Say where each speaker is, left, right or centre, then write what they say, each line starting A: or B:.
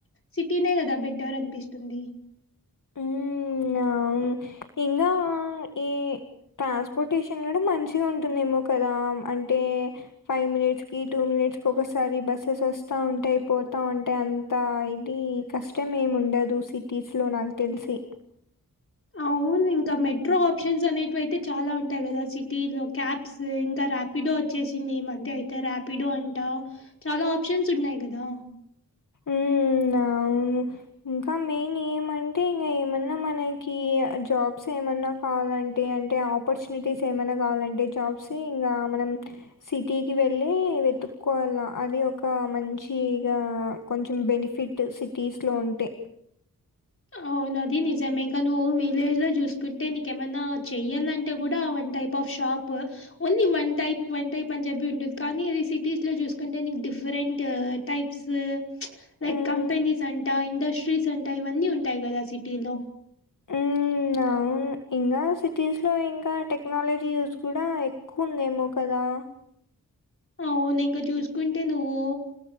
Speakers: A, on the left; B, on the left.
A: సిటీనే కదా బెటర్ అనిపిస్తుంది.
B: హ్మ్. అవును ఇంకా ఈ ట్రాన్స్పోర్టేషన్ కూడా మంచిగా ఉంటుందేమో కదా అంటే ఫైవ్ మినిట్స్ కి టూ మినిట్స్ కి ఒకసారి బస్సెస్ వస్తా ఉంటాయి పోతా ఉంటాయి అంత ఇది కష్టం ఏమి ఉండదు సిటీస్లో నాకు తెలిసి
A: అవున్ ఇంకా మెట్రో ఆప్షన్స్ అనేటివయితే చాలా ఉంటాయి కదా సిటీస్ లో క్యాబ్స్ ఇంకా రాప్ ర్యాపిడో వచ్చేసింది ఈ మధ్య అయితే ర్యాపిడో అంటా చాలా ఆప్షన్స్ ఉన్నాయి కదా
B: ఉ అవును ఇంక మెయిన్ గ ఏమంటే ఇంక ఏమన్నా మనకి జాబ్స్ ఏమన్నా కావాలంటే అంటే ఆపర్చునిటీస్ ఏమైనా కావాలంటే జాబ్సి ఇంగ మనం సిటీకి వెళ్ళి వెతుక్కోవాల్ల అది ఒక క ఒక మంచిగా కొంచెం బెనిఫిట్ సిటీస్లో ఉంటే
A: అవునది నిజమే ఇంకా నువ్వు విలేజ్ లో చూసుకుంటే నీకేమన్నా చెయాలంటే కూడా one type of shop only one type one type Punjabi ఉంటుంది కానీ అది సిటీస్లో చూసుకుంటే నీకు డిఫరెంట్ టైప్స్ చ్ లైక్
B: హ్మ్.
A: కంపెనీస్ అంట ఇండస్ట్రీస్ అంటా ఇవన్నీ ఉంటాయి గదా సిటీస్లో
B: మ్ అవును ఇంగ సిటీస్లో ఇంకా టెక్నాలజీస్ కూడా ఎ ఉందేమో కదా
A: అవును ఇంక జూసుకుంటే నువ్వు